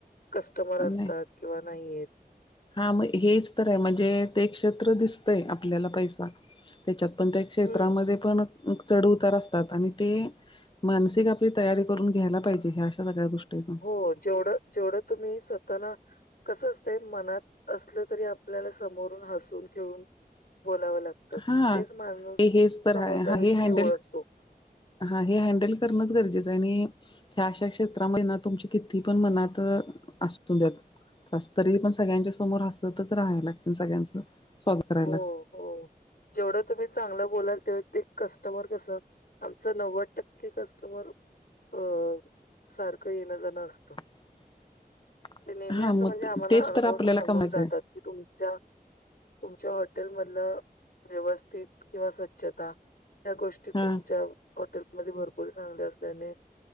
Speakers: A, on the left; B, on the left.
A: कस्टमर असतात
B: नाही
A: किंवा नाहीयेत
B: हा म हेच तर आहे म्हणजे ते क्षेत्र दिसतंय आपल्याला पैसे त्याच्यात पण त्या क्षेत्रामध्ये
A: हं.
B: पण चढ उतार असतात आणि ते मानसिक आपली तयारी करून घ्यायला पाहिजे ह्या अशा सगळ्या गोष्टी आहेत.
A: हो जेवढं जेवढं तुम्ही स्वतःला कस असते मनात असलं तरी आपल्याला समोरून हसून खेळून बोलावं लागतं. तर
B: हा
A: तेच माणूस
B: हे हेच तर
A: समोरचा
B: आहे, हा
A: व्यक्ती
B: हे हँडल
A: ओळखतो.
B: हा हे हँडल करणंच गरजेचं आणि ह्या अशा क्षेत्रामध्ये ना तुमची किती पण मनात असू द्याेत. त तरी पण सगळ्यांच्या समोर हसतच राहायला लागते सगळ्यांचं स्वाद करायला लागत.
A: हो हो जेवढं तुम्ही चांगलं बोलाल तेव ते कस्टमर कसं. आमच नव्वद टक्के कस्टमर अ सारखं येणंजणं असतं.
B: <inaudible>
A: ते नेहमी
B: हा
A: असं
B: मग
A: म्हणजे आम्हाला
B: तेच
A: अनुभव
B: तर आपल्याला
A: सांगून
B: कमायचं
A: जातात
B: आहे
A: की तुमच्या तुमच्या हॉटेल मधलं व्यवस्थित किंवा स्वच्छता त्या गोष्टी
B: हा
A: तुमच्या हॉटेलमध्ये भरपूर चांगल्या असल्याने